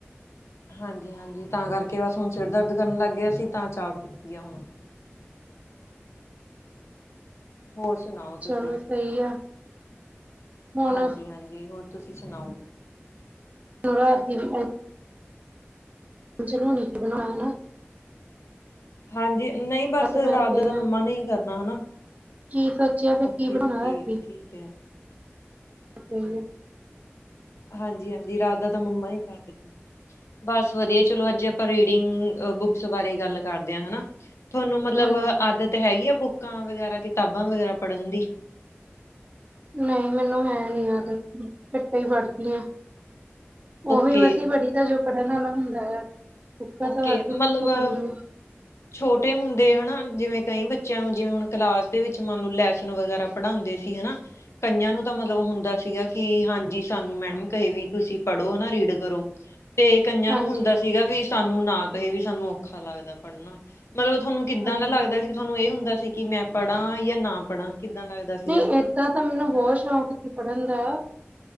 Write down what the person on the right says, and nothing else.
ਚਲੋ ਸਹੀ ਆ ਹੁਣ
ਚਲੋ ਰਾਤ ਦੀ ਵੀ <unintelligible> <unintelligible> ਚ ਨਾ <unintelligible> ਬਣਾਓ ਨਾ।
ਮੈਂ
ਸਹੀ
ਆ
ਕੀ ਸੋਚਿਆ ਫੇਰ, ਕੀ
ਬਣਾਣਾ ਰਾਤੀ?
ਸਈ ਐ।
ਹਾਂਜੀ
ਨਈ ਮੈਨੂੰ ਹੈ ਨੀ ਆਦਤ ਘਟ ਈ ਪੜਦੀ ਆ।
ਓਵੀ ਮਸੀ ਪੜ੍ਹੀ ਦਾ ਜੋ ਪੜ੍ਹਨ ਵਾਲਾ ਹੁੰਦਾ ਆ <unintelligible> ਪੜ੍ਹਨੀ
ਆ।
ਹਾਂਜੀ,
ਹਾਂਜੀ
ਨਈ ਏਦਾਂ ਤਾਂ ਮੈਨੂੰ ਬੋਤ ਸ਼ੌਕ ਸੀ ਪੜ੍ਹਨ ਦਾ।